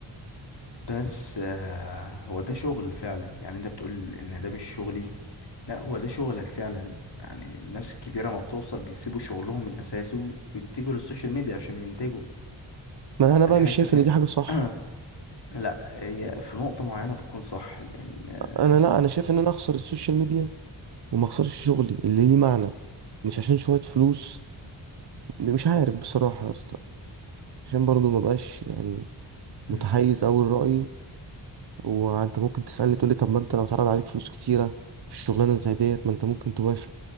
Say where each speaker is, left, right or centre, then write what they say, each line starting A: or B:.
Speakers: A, on the left; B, on the right.
A: بس آه هو ده شغل فعلا يعني انت بتقول ان ده مش شغلي لا هو ده شغلك فعلا يعني الناس الكبيره ما بتوصل بيسيبوا شغلهم الاساسي و- ويتجهوا للسوشيال ميديا عشان ينتجوا
B: <clears throat> ما انا
A: آه،
B: بقى
A: حته
B: مش شايف
A: تانية
B: ان دي حاجة صح
A: <clears throat> لا هي في نقطه معينه بتكون صح لان آه،
B: انا لا انا شايف ان انا اخسر السوشيال ميديا وما اخسرش شغلي اللي ليه معنى مش عشان شوية فلوس مش عارف بصراحة يا اسطى عشان برضه ما بقاش يعني
A: مم.
B: متحيز اوي لرأيي وانت ممكن تسألني تقولي طب ما انت لو اتعرض عليك فلوس كتيرة في الشغلانة زي ديت ما انت ممكن توافق